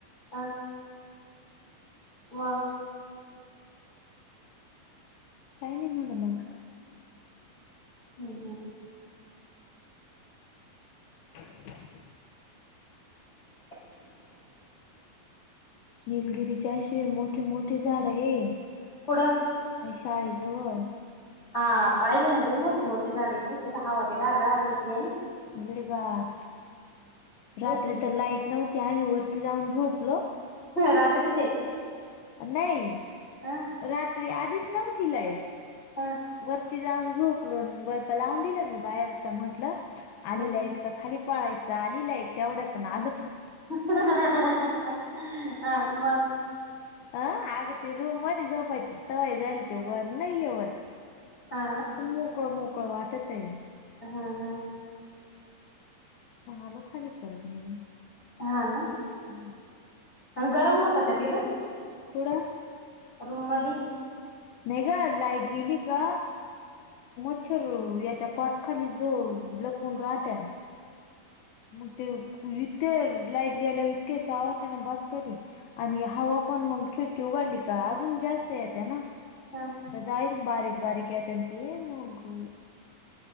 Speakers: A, on the left; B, on the left.
A: हा <unintelligible>
B: काय नाही <unintelligible> मंग.
A: हं, हं.
B: <inaudible>
A: <inaudible>
B: निलगिरी चे अशे मोठे, मोठे झाड आहे.
A: कुठ?
B: <unintelligible> शाळेजवळ.
A: हा, पाहिले ना लय मोठी, मोठी झाडे आहेत, तुमच्या इथं हावा लय गार, गार येत हाय ना?
B: लय गार रात्री
A: तेच
B: तर लाईट नव्हती, आम्ही वरती जाऊन झोपलो.
A: रात्रीचे?
B: नाही,
A: हा
B: रात्री आधीच नव्हती लाईट.
A: हा.
B: वरती जाऊन झोपलो, वरता लावून दिलं मी बाहेरच म्हंटलं. आली
A: हा
B: लाईट का खाली पळायचं, आली लाईट तेवढ्यातन आल
A: <unintelligible> हा मंग?
B: अ अग ते रूम मध्ये झोपायची सवय झाली, ते वर नाही आहे वर.
A: हा
B: असं मोकळं मोकळं वाटत आहे.
A: हां हां.
B: मग आलो खाली परत निघून.
A: हा ना,
B: हम्म
A: गरम होत का तिथं
B: कुठं.
A: रूममध्ये.
B: नाही का. लाईट गेली का, मच्छर होते याच्या पाटखाली जो लपून राहत्यात. मग ते खोलीत तर लाईट गेल्यावर इतके चावते. बास काहि आणि हवा पण मग खिडकी उघाडली का, अजून जास्त येत्या ना.
A: <unintelligible>
B: त्या जाळीत बारीक बारीक येत्यात मग.